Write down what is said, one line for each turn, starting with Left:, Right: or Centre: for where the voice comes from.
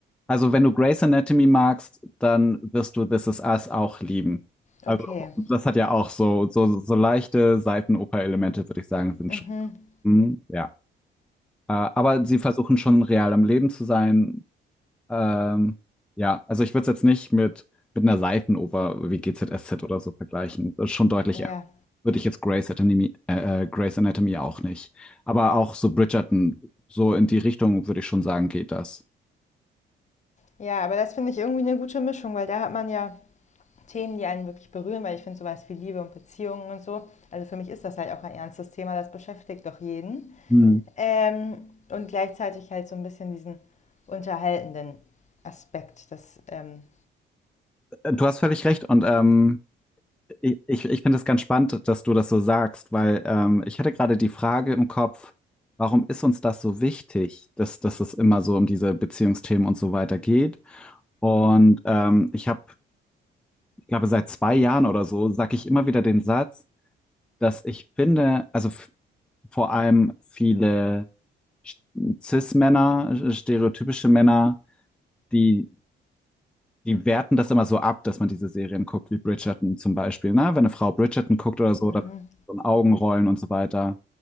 Centre: also wenn du Grey's Anatomy magst, dann wirst du This Is Us auch lieben. Also
Left: Okay.
Centre: das hat ja auch so, so, so leichte Seifenoper-Elemente, würde ich sagen, sind
Left: Mhm.
Centre: schon. Mm, ja. Äh, aber sie versuchen schon real am Leben zu sein. Ähm, ja, also ich würde es jetzt nicht mit, mit einer Seifenoper wie GZSZ oder so vergleichen. Das ist schon deutlich
Left: Ja.
Centre: ernst. Würde ich jetzt Grey's Anatomy, äh, äh, Grey's Anatomy auch nicht. Aber auch so Bridgerton, so in die Richtung, würde ich schon sagen, geht das.
Left: Ja, aber das finde ich irgendwie eine gute Mischung, weil da hat man ja Themen, die einen wirklich berühren, weil ich finde sowas wie Liebe und Beziehungen und so. Also für mich ist das halt auch ein ernstes Thema, das beschäftigt doch jeden.
Centre: Hm.
Left: Ähm, und gleichzeitig halt so ein bisschen diesen unterhaltenden Aspekt. Das, ähm,
Centre: Du hast völlig recht und ähm, ich, ich ich finde es ganz spannend, dass du das so sagst, weil ähm, ich hatte gerade die Frage im Kopf, warum ist uns das so wichtig, dass, dass es immer so um diese Beziehungsthemen und so weiter geht? Und ähm, ich habe, ich glaube, seit zwei Jahren oder so sage ich immer wieder den Satz, dass ich finde, also f- vor allem viele Sch- Cis-Männer, stereotypische Männer, die die werten das immer so ab, dass man diese Serien guckt, wie Bridgerton zum Beispiel. Ne? Wenn eine Frau Bridgerton guckt oder so,
Left: mhm,
Centre: dann so ein Augenrollen und so weiter.